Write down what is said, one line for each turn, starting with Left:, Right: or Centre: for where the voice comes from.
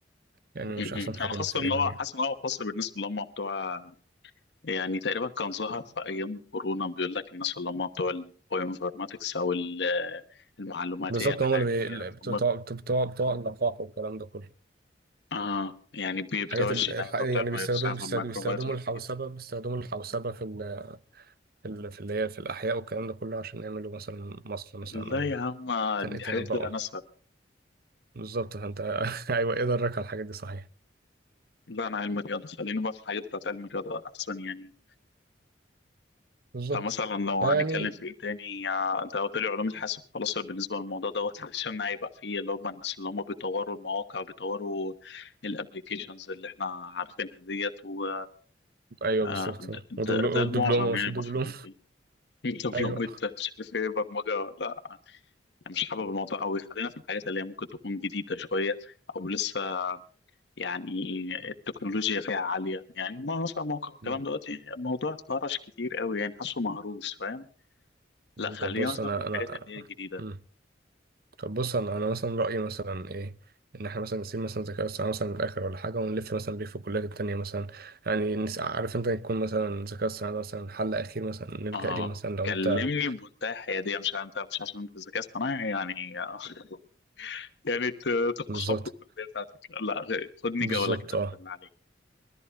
Right: يعني
Left: م-
Right: مش
Left: م.
Right: أحسن حاجة
Left: انا خاصه
Right: ليك تقريبا
Left: ان هو
Right: يعني
Left: حاسس ان هو خاص بالناس اللي هم بتوع يعني تقريبا كان ظهر في ايام كورونا بيقول لك الناس اللي هم بتوع البايوانفورماتكس او ال- المعلوماتيه
Right: بالظبط
Left: الحيويه
Right: هما اللي بي... اللي بتوع
Left: هم
Right: بتوع بتوع بتوع اللقاح والكلام ده كله
Left: اه يعني بي- بتوع
Right: الحاجات
Left: الجينات
Right: ال... الح- يعني
Left: وبتوع الفيروسات
Right: بيستخدموا بيستخدموا
Left: والميكروبات
Right: بيستخدموا
Left: والحاجات
Right: الحوسبة
Left: دي
Right: بيستخدموا الحوسبة في ال... في ال... في اللي هي في الأحياء والكلام ده كله عشان يعملوا مثلا مصل مثلا
Left: لا
Right: أو ي-
Left: يا عم
Right: تن-
Left: دي
Right: يتنبؤوا
Left: حاجات لا ناسها
Right: بالظبط فأنت <laughs> أيوه إيه درك على الحاجات دي صحيح
Left: لا انا علم رياضه خلينا بقى في الحاجات بتاعت علم الرياضه احسن يعني
Right: بالظبط
Left: فمثلا لو
Right: فيعني
Left: هنتكلم في ايه تاني آه، انت قلت لي علوم الحاسب خلاص بالنسبه للموضوع دوت <laughs> عشان هيبقى فيه اللي هم الناس اللي هم بيطوروا المواقع بيطوروا الابليكيشنز اللي احنا عارفينها ديت و
Right: أيوه
Left: آه،
Right: بالظبط
Left: ده,
Right: ودبلو...
Left: ده ده
Right: والدبلومة
Left: المعظم
Right: مش
Left: يعني
Right: الدبلومة
Left: المشهورين فيه <laughs> انت
Right: <laughs> أيوه
Left: لو بت- مش عارف ايه برمجه ولا لا أنا مش حابب الموضوع قوي خلينا في الحاجات اللي هي ممكن تكون جديده شويه او لسه يعني التكنولوجيا فيها عاليه يعني ما مثلا موقع الكلام
Right: مم.
Left: دلوقتي الموضوع اتهرش كتير قوي يعني حاسه مهروس فاهم
Right: مم.
Left: لا خلينا
Right: طب بص
Left: مثلا
Right: أنا
Left: في الحاجات
Right: أنا
Left: اللي هي الجديدة
Right: مم. طب بص انا انا مثلا رايي مثلا ايه ان احنا مثلا نسيب مثلا الذكاء الاصطناعي مثلا للاخر ولا حاجه ونلف مثلا بيه في الكليات التانية مثلا يعني نس... عارف انت يكون مثلا الذكاء الاصطناعي ده مثلا حل اخير مثلا نلجا
Left: اه
Right: ليه مثلا لو
Left: كلمني
Right: انت
Left: بمنتهى الحيادية مش انت مش عشان انت في الذكاء اصطناعي يعني <laughs> يعني ت- تفخم
Right: بالظبط
Left: في الكلية بتاعتك لا غ- خدني
Right: بالظبط
Left: جولة كده
Right: اه
Left: بالله عليك